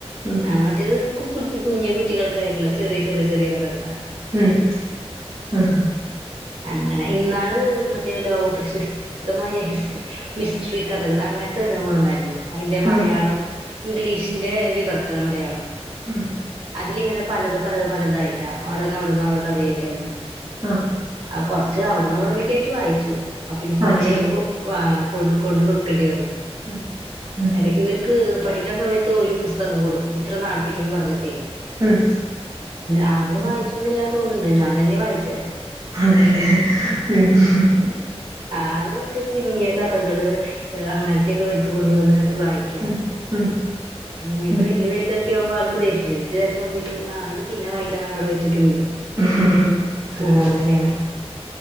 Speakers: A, on the right; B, on the right.
A: ഉം
B: ആ മ മറ്റേത് കു കുഞ്ഞു കുട്ടികൾക്കായിയിട്ടുള്ള ചെറിയ ചെറിയ ചെറിയ കഥകളാ
A: ഉം ആഹ്
B: അങ്ങനെ ഇന്നാള് മറ്റേ ലോക പ്രശസ്തമായ ഹിസ്റ്ററി മിസ്ട്രി കഥകൾ അങ്ങനത്തെ ഒരെണ്ണം കൊട്ന്നാരുന്നു അയിന്റെ മലയാളം
A: ആഹ്
B: ഇംഗ്ലീഷിന്റെ വിവർത്തന മലയാളം
A: ഉം
B: അതിലിങ്ങനെ പലത് പലത് പലതായിട്ടാ ഓരോന്ന്ഓരോ കഥ ആയിട്ടാവരുന്നത്
A: ആഹ്
B: ആ കൊറച്ച് അവിടന്ന് ഇവിടന്നക്കെ ആയിട്ട് വായിച്ചു അപ്പൊ എനിക്ക്
A: വായിച്ചോളൂ
B: സമയ ഇപ്പൊ ആ കൊണ്ട് കൊടുക്കേണ്ടി വന്നു
A: ഉം ഉം
B: അ ഇവരിക്ക് പഠിക്കുന്ന സമയത്ത് ഒരു പുസ്തകം കൊടുക്കും ഇത്ര നാളത്തേക്ക്ന്ന് പറഞ്ഞിട്ടേ
A: ഉം.
B: ആ അവള്
A: ഉം.
B: വായിച്ചോന്നില്ലന്ന് തോന്നുന്നുണ്ട് ഞാൻ തന്നെയ വായിച്ചേ
A: അതെല്ലേ ഉം ഉം
B: ആള് മറ്റേ കുഞ്ഞ കഥകൾ അങ്ങനത്തെയൊക്കെ എടുത്തു കൊണ്ടുവന്ന് വായിക്കും ക്യ
A: ഉം ഉം
B: ഇങ്ങനത്തെ
A: ഉം.
B: വലിയ വലുതൊക്കെ ആവുമ്പൾക്ക് ആൾക്ക് ദേഷ്യ വരുംകേറി നോക്കിട്ട് ഇത് പിന്നെ വായിക്കാന്ന് പറഞ്ഞ്അവിടെ വെച്ചിട്ട് പോകും
A: ഉം ഉം
B: ആ അങ്ങനെയാണ്